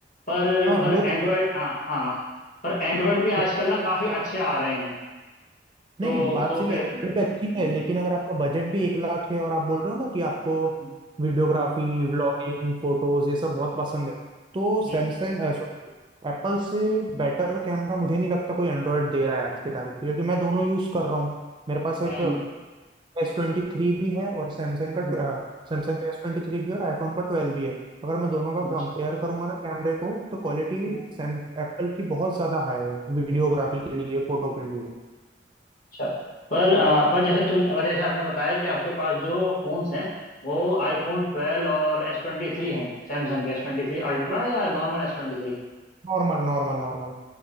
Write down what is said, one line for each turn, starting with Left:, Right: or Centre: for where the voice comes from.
Left: पर
Right: हाँ
Left: पर
Right: वो
Left: एंड्रॉयड हाँ हाँ पर एंड्रॉयड भी
Right: तो
Left: आजकल ना काफी अच्छे आ रहे हैं तो
Right: नहीं बात
Left: तो
Right: सही
Left: फिर
Right: है Android
Left: हम्म,
Right: पे अच्छी है लेकिन अगर आपका बजट भी एक लाख है और आप बोल रहे हो ना कि आपको
Left: हम्म,
Right: वीडियोग्राफी
Left: हम्म,
Right: व्लॉगिंग फोटोज ये सब बहुत पसंद है तो
Left: हम्म,
Right: सैमसंग एप्पल से बेटर कैमरा मुझे नहीं लगता कोई एंड्रॉयड दे रहा है आज की तारीख में क्योंकि मैं दोनों यूज कर रहा हूँ मेरे पास एक
Left: हम्म,
Right: एस ट्वेंटी थ्री भी है और सैमसंग
Left: हम्म,
Right: का सैमसंग का एस ट्वेंटी थ्री भी है और आईफोन का ट्वेल्व भी है अगर मैं दोनों का
Left: अच्छा
Right: कंपेयर करूंगा ना कैमरे को तो क्वालिटी
Left: हम्म,
Right: सैम एप्पल की बहुत ज्यादा हाई है वीडियोग्राफी के लिए फोटो के लिए
Left: अच्छा पर आ, पर जैसे तुम पर जैसे आपने बताया कि आपके पास जो फोन्स हैं वो आईफोन ट्वेल्व और एस ट्वेंटी थ्री हैं सैमसंग के एस ट्वेंटी थ्री अल्ट्रा या नॉर्मल एस ट्वेंटी थ्री
Right: Normal normal normal